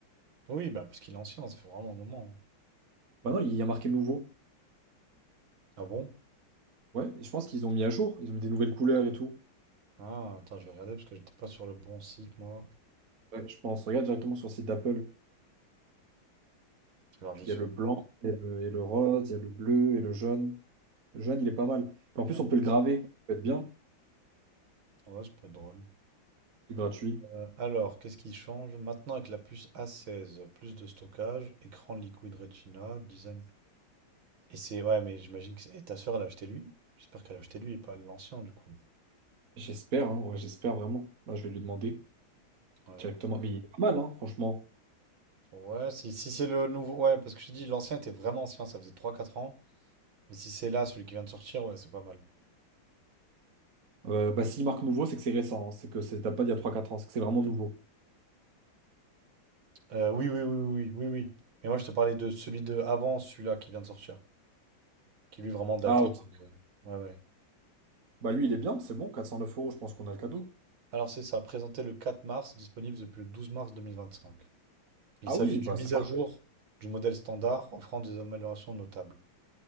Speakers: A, on the right; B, on the right.
A: Oui, bah, parce qu'il est ancien, ça fait vraiment un moment. hein.
B: Bah non, il y a marqué nouveau.
A: Ah bon?
B: Ouais, et je pense qu'ils ont mis à jour. Ils ont mis des nouvelles couleurs et tout.
A: Ah, attends, je vais regarder parce que j'étais pas sur le bon site, moi.
B: Ouais, je pense. Regarde directement sur le site d'Apple.
A: Je vais regarder
B: Puis
A: sur.
B: il y a le blanc, il y a le, il y a le rose, il y a le bleu et le jaune. Le jaune, il est pas mal. Puis en plus,
A: Ah,
B: on peut le graver. Ça peut être bien.
A: Ouais, c'est pas drôle.
B: C'est gratuit.
A: Euh, alors, qu'est-ce qui change? Maintenant, avec la puce A16, plus de stockage, écran Liquid Retina, design. Et c'est. Ouais, mais j'imagine que. c'est- Et ta soeur, elle a acheté lui? J'espère qu'elle a acheté lui et pas l'ancien, du coup.
B: J'espère, hein, ouais, j'espère vraiment. Là, je vais lui demander
A: Ouais.
B: directement. Mais il est pas mal, hein, franchement.
A: Ouais, si, si c'est le nouveau. Ouais, parce que je t'ai dit, l'ancien était vraiment ancien, ça faisait trois quatre ans. Mais si c'est là, celui qui vient de sortir, ouais, c'est pas mal.
B: Euh, bah, s'il marque nouveau, c'est que c'est récent. hein, C'est que ça date pas d'il y a trois quatre ans. C'est que c'est vraiment nouveau.
A: Euh, oui, oui, oui, oui, oui, oui. Mais moi, je te parlais de celui de avant, celui-là qui vient de sortir. Qui lui, est vraiment daté.
B: Ah, ok.
A: de- Ouais, ouais.
B: Bah, lui, il est bien. C'est bon. 409 euros, je pense qu'on a le cadeau.
A: Alors, c'est ça, présenté le 4 mars, disponible depuis le 12 mars 2025. Il
B: Ah
A: s'agit
B: oui,
A: d'une
B: bah,
A: mise
B: c'est parfait.
A: à jour du modèle standard, offrant des améliorations notables.